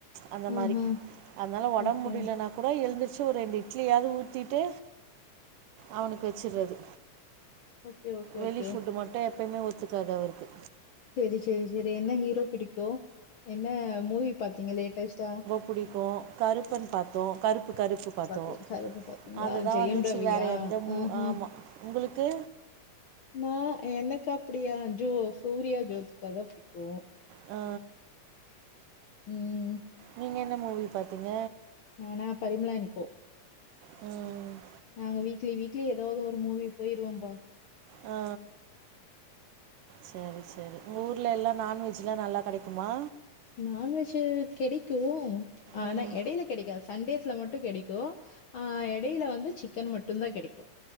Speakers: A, on the right; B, on the left.
A: அந்த மாரி
B: ஆஹா
A: அதனால ஒடம்
B: ஓகே
A: முடிலனா இப்ப தா எழுந்த்ருச்சு ஒரு ரெண்டு இட்லியாது ஊத்திட்டு அவுனுக்கு வச்சுர்றது
B: ஓகே ஓகே
A: வெளி
B: ஓகே
A: ஃபுட்டு மட்டு எப்பயுமே ஒத்துக்காது அவருக்கு
B: செரி செரி செரி என்ன ஹீரோ பிடிக்கு என்ன மூவி பாத்தீங்க லேட்டஸ்ட்டா
A: புடிக்கு கருப்பன் பாத்தோ கருப்பு கருப்பு பாத்தோ
B: பாத்தி கருப்பு பாத்தீங்களா
A: அதுதா
B: ஜெயம்
A: வந்துச்சு
B: ரவியா
A: வேற எந்த மூ
B: ஆஹா
A: ஆமா உங்களுக்கு
B: நா எனக்கு அப்டியா ஜோ சூர்யா ஜோதிகாதா புடிக்கு
A: ஆ
B: ம்
A: நீங்கென்ன மூவி பாத்தீங்க
B: நா நா பரிமளா என் கோ
A: ம்
B: நாங்க வீக்லி வீக்லி எதாவது ஒரு மூவி போயிருவோம்பா
A: ஆ சரி சரி உங்க ஊர்ல எல்லா நான்வெஜ் ச்சிலா நல்லா கெடைக்குமா
B: நான்வெஜ்ஜு கெடிக்கூ ஆனா
A: ம்
B: எடையில கெடைக்காத் சண்டேஸ்ல மட்டு கெடைக்கூ ஆ எடையில வந்து சிக்கன் மட்டுந்தா கெடைக்கு